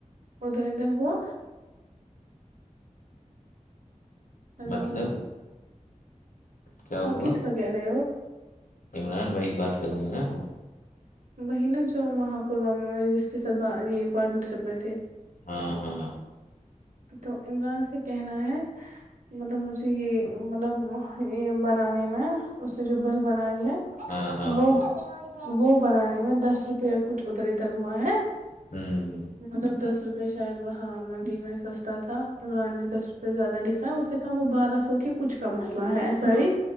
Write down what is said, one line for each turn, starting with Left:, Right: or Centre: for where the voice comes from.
Right: اد در ہوا ہلو
Left: مطلب کیا ہوا
Right: آپ کس کا کہہ رہے ہو
Left: عمران بھائی کی بات کر رہیں گ ہیں نا
Right: وہی نا جو وہاں پلوامہ میں جس کے ساتھ یہ پارٹنر شپ میں تھے
Left: ہاں ہاں
Right: تو عمران کا کہنا ہے مطلب مجھے یہ مطلب یہ بنانے میں اس نے جو بل بنائی ہے
Left: ہاں ہاں
Right: تو وہ
Left: ہاں ہاں
Right: وہ بنانے میں دس روپیہ کچھ ادھر ادھر ہوا ہے
Left: ہوں ہ
Right: مطلب دس روپئے شاید وہاں منڈی میں سستا تھا عمران نے دس روپئے زیادہ لکھا ہے اس سے کم وہ بارہ سو کے کچھ کا مسئلہ ہے ایسا ہی